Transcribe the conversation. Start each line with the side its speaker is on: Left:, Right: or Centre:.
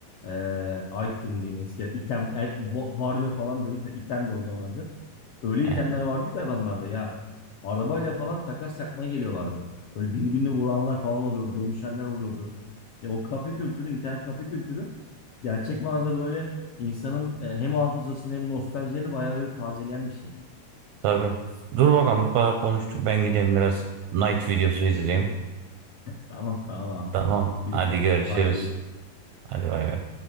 Left: Ee, item diyeyim eski item e, wa- warrior falan diyorduk da item de o zaman adı. Öyle
Right: Eh,
Left: itemler vardı ki adamlarda ya arabayla falan takas yapmaya geliyorlardı. Böyle birbirini vuranlar falan oluyordu, dövüşenler oluyordu. Ya o kafe kültürü, internet kafe kültürü gerçek manada böyle insanın e, hem hafızasını hem nostaljilerini bayağı böyle tazeleyen bir şey.
Right: tabii. Dur bakalım bu kadar konuştuk. Ben gideyim biraz Night videosu izleyeyim.
Left: Tamam tamam
Right: Tamam.
Left: abi. İzin
Right: Hadi
Left: veriyorum.
Right: görüşürüz.
Left: Hadi.
Right: Hadi bay bay.